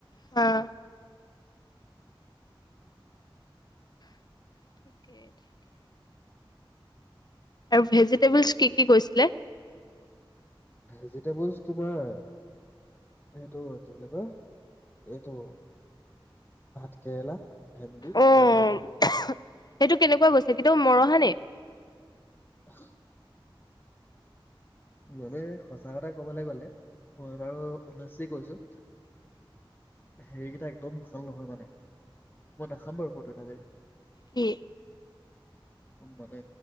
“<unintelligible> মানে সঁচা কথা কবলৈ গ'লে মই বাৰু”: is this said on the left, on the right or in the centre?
Left